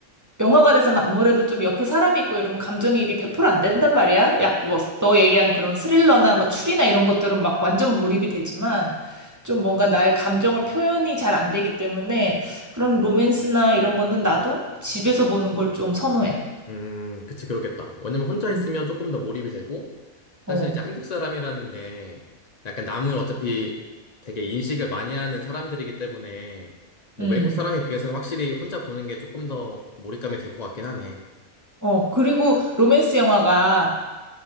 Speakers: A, on the right; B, on the left.
A: 영화관에서는 아무래도 좀 옆에 사람이 있고 이러면 감정이입이 100%안 된단 말이야. 약 뭐 너 얘기한 그런 스릴러나 뭐 추리나 이런 것들은 막 완전 몰입이 되지만 좀 뭔가 나의 감정을 표현이 잘 안 되기 때문에 그런 로맨스나 이런 거는 나도 집에서 보는 걸 좀 선호해.
B: 음, 그치, 그렇겠다. 왜냐면 혼자
A: 음.
B: 있으면 조금 더 몰입이 되고, 사실
A: 어.
B: 이제 한국 사람이라는 게 약간 남을 어차피 되게 인식을 많이 하는 사람들이기 때문에, 뭐
A: 음.
B: 외국 사람에 비해서는 확실히 혼자 보는 게 조금 더 몰입감이 될 것 같긴 하네.
A: 어. 그리고 로맨스 영화가